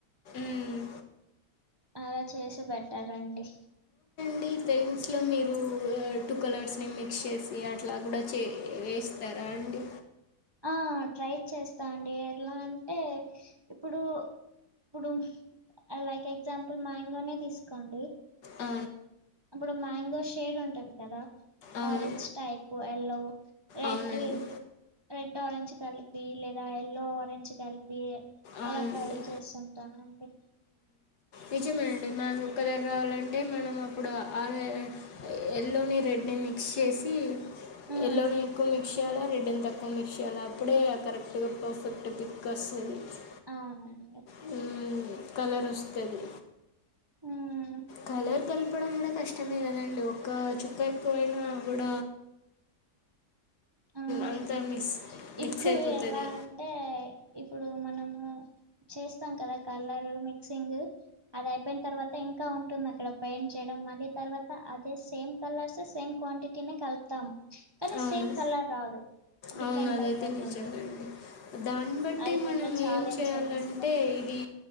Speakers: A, on the left; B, on the right.
A: మ్మ్.
B: అలా చేసి పెట్టారండి
A: <unintelligible> లో మీరు టూ కలర్స్ ని మిక్స్ చేసి అట్లా కూడ చే వే తర అండి
B: ఆ ట్రై చేస్త అండి ఎలా అంటే ఇప్పుడు ఇప్పుడు లైక్ ఎగ్జాంపుల్ మ్యాంగోనే తీసుకోండి
A: ఆ
B: అప్పుడు మ్యాంగో షేడ్ ఉంటది కదా
A: అవును
B: ఆరెంజ్ టైపు ఎల్లో రెడ్
A: అవునండి
B: రెడ్ ఆరెంజ్ కలిపి లేద ఎల్లో ఆరెంజ్ కలిపి
A: అవునండి
B: అల ట్రై చేస్తు ఉంటాను అండి
A: నిజమే అండి <unintelligible> ఎల్లోని రెడ్ని మిక్స్ చేసి
B: ఉమ్
A: ఎల్లోని ఎక్కువ మిక్స్ చేయాల రెడ్నీ తక్కువ మిక్స్ చేయాల అప్పుడే కరెక్ట్ గా పర్ఫెక్ట్ <unintelligible> <unintelligible>
B: అవునండి
A: హు కలర్ వస్తది
B: ఉమ్
A: కలర్ కలపడం కూడ కష్టమే కదండి ఒక చుక్క ఎక్కువైనా కూడ
B: అ అవును
A: అంతా మిక్స్ మిక్స్
B: ఇప్పుడు
A: అయిపోతుంది
B: ఎల అంటే ఇప్పుడు మనము చేస్తాం కదా కలరు మిక్సింగ్ అది అయిపోయిన తర్వాత ఇంక ఉ ఉంటుంది అక్కడ పెయింట్ చేయడం మళ్ళీ తర్వాత అదే సేమ్ కలర్స్ సేమ్ క్వాంటిటీనే కలుపుతాం కానీ
A: అవును
B: సేమ్ కలర్ రాదు
A: అవును
B: డిఫరెంట్
A: అదైతే
B: అయిపోతుంది
A: నిజమే <unintelligible> దాన్ని బట్టి
B: అది
A: మనం
B: పెద్ద ఛాలెంజ్
A: ఏం చేయాలంటే
B: అనమాట
A: ఇది